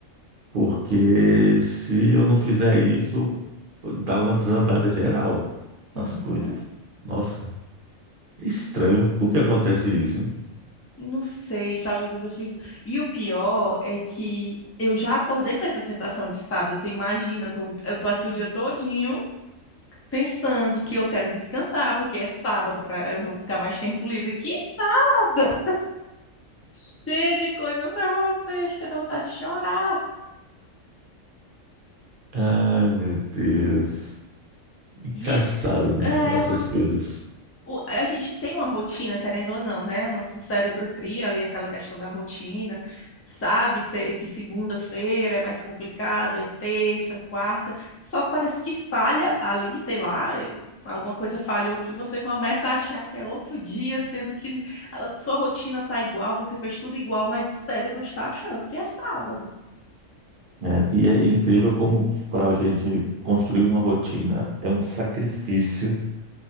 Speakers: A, on the right; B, on the left.
A: Porque se eu não fizer isso, dá uma desandada geral nas
B: Uhum.
A: coisas. Nossa, é estranho. Por que acontece isso, hein?
B: Não sei, sabe? Às vezes eu fico. E o pior é que eu já acordei com essa sensação de sábado. Tu imagina, eu tô, eu tô aqui o dia todinho pensando que eu quero descansar, porque é sábado, pra, eu vou ficar mais tempo livre. Que sábado! Cheia de coisa pra fazer, acho que dá vontade de chorar.
A: Ai, meu Deus. Engraçado,
B: E é
A: né? Como essas
B: é uma
A: coisas.
B: o- a gente tem uma rotina, querendo ou não, né? O nosso cérebro cria ali aquela questão da rotina, sabe ter- que segunda-feira é mais complicado, aí terça, quarta, só que parece que falha ali, sei lá, eh, alguma coisa falhou que você começa a achar que é outro dia, sendo que a sua rotina tá igual, você fez tudo igual, mas o cérebro está achando que é sábado.
A: É, e é incrível como para a gente construir uma rotina é um sacrifício.